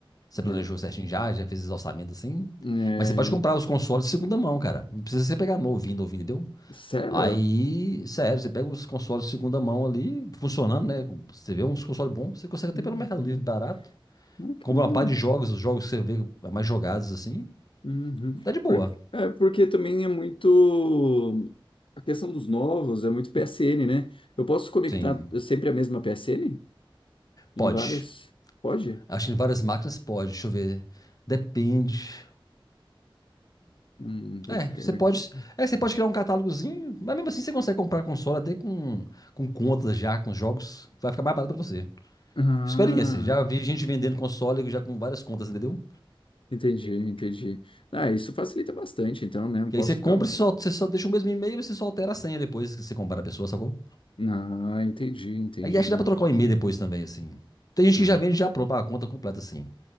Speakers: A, on the left (about 40°); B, on the left (about 70°).
A: Você planejou
B: né?
A: certinho já? Já fez os orçamentos assim?
B: É,
A: Mas você pode comprar os consoles de segunda mão, cara. Não precisa você pegar novinho, novinho, entendeu?
B: sério?
A: Aí, sério, você pega os consoles de segunda mão ali, funcionando, né? Você vê uns consoles bons, você consegue até
B: Uhum.
A: pelo Mercado Livre barato.
B: Ah, que
A: Compra
B: legal.
A: uma par de jogos, os jogos que você vê mais jogados assim.
B: Uhum.
A: Tá de boa.
B: Porque, é, porque também é muito. A questão dos novos é muito PSN, né? Eu posso conectar
A: Sim.
B: sempre a mesma PSN? Em
A: Pode.
B: várias? Pode?
A: Acho que em várias máquinas pode. Deixa eu ver. Depende.
B: Hum, daí
A: É,
B: fica
A: você
B: bem
A: pode.
B: complicado.
A: É, você pode criar um catálogozinho, mas mesmo assim você consegue comprar console até com, com contas já, com jogos. Vai ficar mais barato pra você.
B: Ah,
A: Experiência. Já vi gente vendendo console já com várias contas, entendeu?
B: entendi, entendi. Ah, isso facilita bastante, então, né? Eu
A: Que
B: Posso
A: aí você compra,
B: ficar.
A: você só, você só deixa o mesmo e-mail e você só altera a senha depois que você comprar a pessoa, sacou?
B: Ah, entendi, entendi.
A: Aí acho que dá pra trocar o e-mail depois também, assim. Tem gente
B: Ah.
A: que já vende já pronto a conta completa, assim.